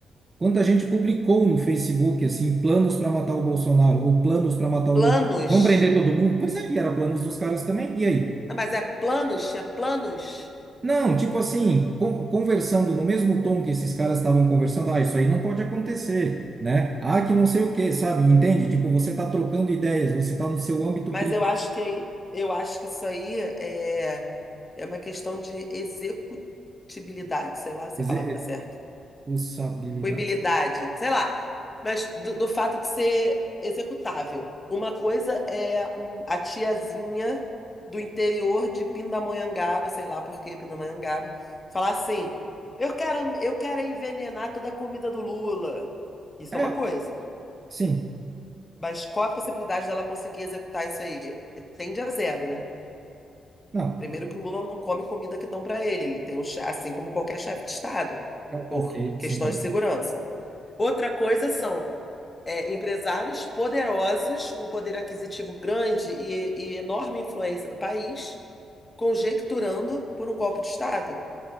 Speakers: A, on the right; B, on the left.
A: Quanta gente publicou no Facebook, assim, planos para matar o Bolsonaro ou planos para matar o
B: Planos.
A: Lula? Vão prender todo mundo? Pois aí, era planos dos caras também. E aí?
B: Não, mas é planos, tinha planos.
A: Não, tipo assim, con- conversando no mesmo tom que esses caras estavam conversando, ah, isso aí não pode acontecer, né? Ah, que não sei o quê, sabe? Entende? Tipo, você está trocando ideias, você está no seu âmbito
B: Mas
A: privado.
B: eu acho que aí- eu acho que isso aí é, é uma questão de executibilidade, sei lá se
A: Exe-
B: a palavra está certa.
A: Executabilidade.
B: coibilidade, sei lá, mas do, do fato de ser executável. Uma coisa é hum, a tiazinha do interior de Pindamonhangaba, sei lá por que Pindamonhangaba, falar assim: eu quero, eu quero envenenar toda a comida do Lula. Isso
A: É,
B: é uma coisa.
A: sim.
B: Mas qual a possibilidade dela conseguir executar isso aí? Tende a zero, né?
A: Não.
B: Primeiro que o Lula não come comida que dão para ele, ele tem um, che- assim como qualquer chefe de Estado,
A: O-
B: por
A: Ok,
B: questões
A: sim, normal.
B: de segurança. Outra coisa são é, empresários poderosos, com poder aquisitivo grande e, e enorme influência do país, conjecturando por um golpe de Estado.